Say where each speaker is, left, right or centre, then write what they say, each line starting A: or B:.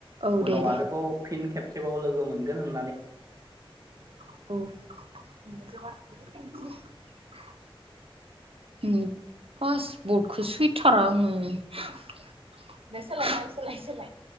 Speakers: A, on the right; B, on the right.
A: औ
B: उनाव
A: दे दे
B: आरोबाव फिन खेब सेबाव लोगो मोनगोन होननानै
A: औ उम फासबटखौ सैथारा आङो दे सोलाय ना हो सोलाय सोलाय